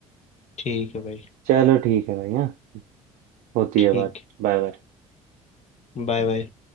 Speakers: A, on the left; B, on the right.
A: ठीक है भाई
B: चलो ठीक है भैया होती
A: ठीक
B: है बात Bye bye
A: Bye bye